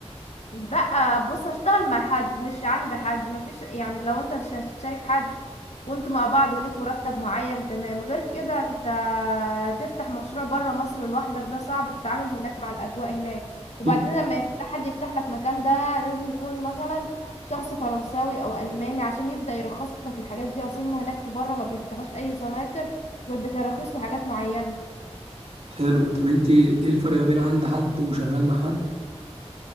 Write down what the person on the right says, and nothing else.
إيه؟
حلو طب انت ايه الفرق ما بين عند حد وشغال مع حد